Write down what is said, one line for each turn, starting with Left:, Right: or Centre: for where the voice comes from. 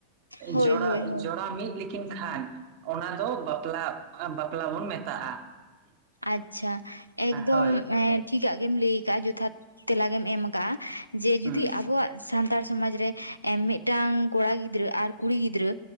Left: ᱦᱳᱭ
Right: ᱡᱚᱲᱟ
Left: ᱦᱳᱭ ᱦᱳᱭ
Right: ᱡᱚᱲᱟᱣ ᱢᱤᱫ ᱞᱮᱠᱤᱱ ᱠᱷᱟᱱ ᱚᱱᱟ ᱫᱚ ᱵᱟᱯᱞᱟ ᱵᱟᱯᱞᱟ ᱵᱚᱱ ᱢᱮᱛᱟᱜᱼᱟ
Left: ᱟᱪᱪᱷᱟ ᱮᱠᱫᱚᱢ
Right: ᱦᱳᱭ
Left: ᱴᱷᱤᱠᱟᱜ ᱜᱮᱢ ᱞᱟᱹᱭ ᱟᱠᱟᱟᱜᱼᱟ ᱡᱚᱛᱷᱟᱛ ᱛᱮᱞᱟ ᱜᱮᱢ ᱮᱢ ᱠᱟᱜᱼᱟ ᱡᱮ ᱡᱩᱫᱤ
Right: ᱦᱩᱸ
Left: ᱟᱵᱚᱣᱟᱜ ᱥᱟᱱᱛᱟᱲ ᱥᱚᱢᱟᱡᱽ ᱨᱮ ᱢᱤᱫᱴᱟᱝ ᱠᱚᱲᱟ ᱜᱤᱫᱽᱨᱟᱹ ᱟᱨ ᱠᱩᱲᱤ ᱜᱤᱫᱽᱨᱟᱹ